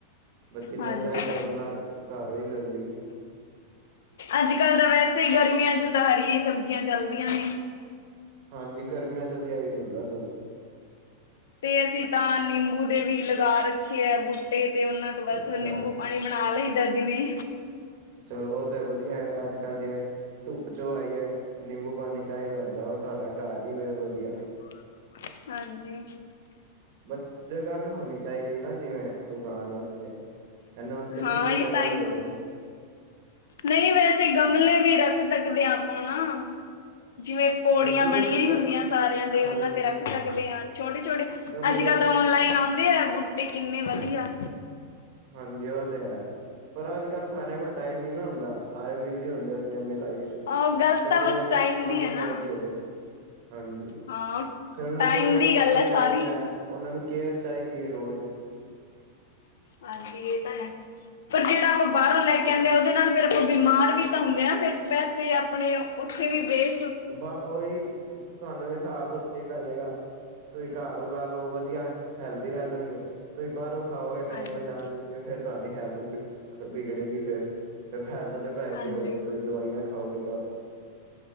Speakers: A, on the right; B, on the left.
A: ਬ ਜਿੰਨਾ
B: ਹਾਂਜੀ
A: ਚਾਈਦਾ ਓਨਾਂ ਘਰ ਈ ਲੈਂਦੀ ਐ।
B: ਅੱਜ-ਕਲ ਤਾਂ ਵੈਸੇ ਈ ਗਰਮੀਆਂ ਚ ਤਾਂ ਹਰੀਆਂ ਈ ਸਬਜ਼ੀਆਂ ਚੱਲਦੀਆਂ ਨੇ।
A: ਹਾਂਜੀ, ਗਰਮੀਆਂ ਚ ਤੇ ਐਹੀ ਚੱਲਦਾ ਸਬ।
B: ਤੇ ਅਸੀਂ ਤਾਂ ਨਿੰਬੂ ਦੇ ਵੀ ਲਗਾ ਰੱਖੇ ਐ ਬੂਟੇ ਤੇ ਓਨਾਂ ਤੋਂ ਬਸ
A: ਅੱਛਾ
B: ਨਿੰਬੂ ਪਾਣੀ ਬਣਾ ਲਈ ਦਾ ਦਿਨੇਂ
A: ਚਲੋ ਓ ਤੇ ਵਧੀਆ ਫੇ ਅੱਜ-ਕਲ ਜਿਵੇਂ ਧੁੱਪ ਚੋਂ ਆਈਏ ਨਿੰਬੂ ਪਾਣੀ ਚਾਈਦਾ ਹੁੰਦਾ ਆ, ਓ ਤੁਆਡਾ ਘਰ ਈ ਵਧੀਆ।
B: <unintelligible> ਹਾਂਜੀ।
A: ਬਟ ਜਗ੍ਹਾ ਵੀ ਹੋਣੀ ਚਾਈਦੀ ਨਾਂ ਜਿਵੇਂ ਉਗਾਣ ਵਾਸਤੇ। ਇਹਨਾਂ ਵਾਸਤੇ
B: ਹਾਂ,
A: ਖੁੱਲੀ
B: ਏ
A: ਜਗ੍ਹਾ
B: ਤਾਂ ਈ।
A: ਹੋਏ
B: ਨਈਂ, ਵੈਸੇ ਗਮਲੇ ਵੀ ਰੱਖ ਸਕਦੇ ਆਪਾਂ ਨਾਂ। ਜਿਵੇਂ ਪੌੜੀਆਂ
A: ਹਾਂਜੀ
B: ਬਣੀਆਂ
A: ਪਰ
B: ਈ
A: ਗ
B: ਹੁੰਦੀਆਂ ਸਾਰਿਆਂ ਦੇ,
A: ਹਾਂਜੀ
B: ਓਨਾਂ ਤੇ ਰੱਖ ਸਕਦੇ ਆਂ। ਛੋਟੇ-ਛੋਟੇ,
A: ਗਮਲੇ
B: ਅੱਜ-ਕਲ ਤਾਂ ਔਨਲਾਈਨ ਆਉਂਦੇ ਐ ਬੂਟੇ ਕਿੰਨੇ ਵਧੀਆ।
A: ਹਾਂਜੀ, ਓ ਤੇ ਹੈ। ਪਰ ਅੱਜ-ਕਲ ਸਾਰਿਆਂ ਕੋਲ ਟਾਈਮ ਨੀਂ ਨਾਂ ਹੁੰਦਾ। ਸਾਰੇ ਬਿਜ਼ੀ ਹੁੰਦੇ ਆਪਣੀ-ਆਪਣੀ ਲਾਈਫ ਚ। ਚ
B: ਉਹ ਗੱਲ
A: ਫਿਰ
B: ਤਾਂ
A: ਕੌਣ?
B: ਬਸ ਟਾਈਮ
A: ਪਾਣੀ
B: ਦੀ ਹੈ
A: ਕੌਣ
B: ਨਾ
A: ਦੇਵ। ਹਾਂਜੀ।
B: ਹਾਂ।
A: ਫਿਰ ਉਹਨਾਂ
B: ਟਾਈਮ
A: ਨੂੰ ਰੋਜ਼
B: ਦੀ
A: ਪਾਣੀ
B: ਗੱਲ ਹੈ
A: ਚਾਹੀਦਾ
B: ਸਾਰੀ
A: ਹੈ ਉਹਨਾਂ ਨੂੰ ਕੇਅਰ ਚਾਹੀਦੀ ਹੈ ਰੋਜ਼।
B: ਹਾਂਜੀ ਈ ਇਹ ਤਾਂ ਹੈ‌। ਫਿਰ ਜਿਹੜਾ ਆਪਾਂ ਬਾਹਰੋਂ ਲੈ ਕੇ ਆਉਂਦੇ ਹਾਂ ਉਹਦੇ ਨਾਲ ਫਿਰ ਆਪਾਂ ਬਿਮਾਰ ਵੀ ਤਾਂ ਹੁੰਦੇ ਆ ਫਿਰ ਪੈਸੇ ਆਪਣੇ ਉੱਥੇ ਵੀ ਬੇਏ।
A: ਬਸ ਆ ਉਹੀ ਤੁਹਾਨੂੰ ਹਿਸਾਬ ਉੱਥੇ ਹੀ ਪੈ ਜੇਗਾ। ਤੁਸੀਂ ਘਰ ਹੋ ਗ ਲਓ ਵਧੀਆ ਹੈਲਦੀ ਰਹਿ ਜਾਣਗੇ। ਤੁਸੀਂ ਬਾਹਰੋਂ ਖਾਓਗੇ ਟਾਈਮ
B: ਹਾਂਜੀ
A: ਬਚਾਣ ਵਿੱਚ ਫਿਰ ਤੁਹਾਡੀ ਹੈਲਥ ਬਗੜੇਗੀ ਫਿਰ ਹੈਲਥ ਦੇ ਪੈਸੇ
B: ਹਾਂਜੀ
A: ਦੇਓਗੇ ਤੁਸੀਂ ਦਵਾਈਆਂ ਖਾਓਗੇ ਬਾਹਰੋਂ।